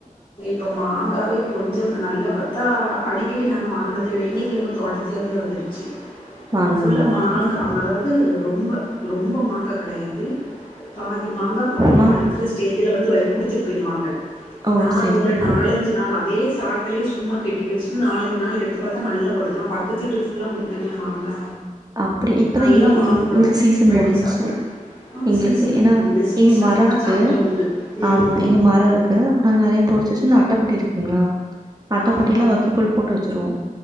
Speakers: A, on the left; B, on the right.
A: இப்போ மாங்காவே கொஞ்சம் நல்லா பாத்தா அடிக்கடி நாங்கள் வாங்னது கெடையா எங்களுக்கு எங்கள் தோட்டத்துலேருந்தே வந்துடுச்சு
B: மாங்காங்களா?
A: ஃபுல்லா மாங்கா
B: சரி, சரி.
A: மரம் ம் ரொம்ப ரொம்ப மாங்கா கெடையாது பாதி மாங்கா பாதி
B: மா
A: பழுக்கிற ஸ்டேஜ் இதுல வந்து கொடுத்துட்டு போயிருவாங்க
B: ஓ!
A: நான்
B: சரி,
A: அது ஒரு
B: சரி.
A: நாலஞ்சு நாள் அதே லே சும்மா கிண்டிவச்சட்டு நாலஞ்சு நாள் எடுத்துபாத்தா நல்லா பழுத்துரும் பக்கத்து <unintelligible> ஃபுல்லா என்ன மாங்கா
B: அப்டி இப்பதான்
A: நல்லா
B: எங்கீ வீ
A: மாம்பழோ
B: உங்க சீசன்
A: வெட்டி
B: முடிஞ்சச்சு
A: சாப்ட்டாங்க. ஆமா
B: எங்ளுக்கு
A: சீசன்
B: ஏன்னா
A: இந்த சீசன்ல
B: எங்க மரம்
A: தா
B: இருக்கு
A: சாப்ட்டா உண்டு. ம்
B: ஆமா எங்க மரம் இருக்கு நாங்க நெறைய பொரிச்சு வச்சுருந்த அட்டப்பெட்டி இருக்குங்களா அட்டப்பெட்டில
A: ஆமா.
B: வக்க கோல் போட்டு வச்சுருவோம்